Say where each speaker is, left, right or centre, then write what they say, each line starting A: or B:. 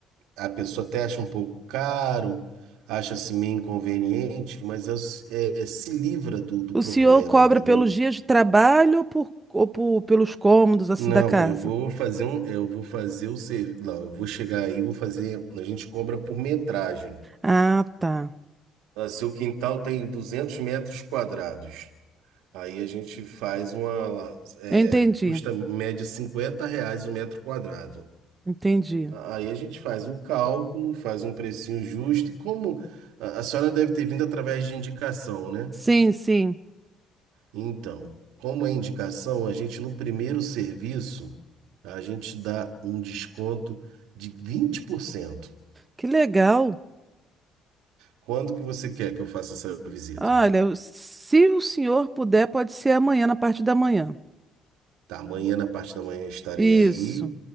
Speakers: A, on the right; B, on the right.
A: a pessoa até acha um pouco caro, acha-se meio inconveniente, mas é, é- é- se livra do, do
B: O
A: problema,
B: senhor cobra
A: entendeu?
B: pelos dias de trabalho ou, por, ou por- pelos cômodos assim
A: Não,
B: da casa?
A: eu vou fazer um, eu vou fazer o serviço, não, eu vou chegar aí, vou fazer, a gente cobra por metragem.
B: Ah, tá.
A: Ah, seu quintal tem 200 metros quadrados. Aí a gente faz uma, é,
B: Eu entendi,
A: custa média 50 reais o metro quadrado.
B: entendi.
A: Aí a gente faz o cálculo, faz um precinho justo e como a a senhora deve ter vindo através de indicação, né?
B: Sim, sim.
A: Então, como é indicação, a gente no primeiro serviço, a gente dá um desconto de 20%.
B: Que legal.
A: Quando que você quer que eu faça essa visita?
B: Olha, o- se o senhor puder, pode ser amanhã, na parte da manhã.
A: Tá, amanhã, na parte da manhã, eu estarei
B: Isso.
A: aí,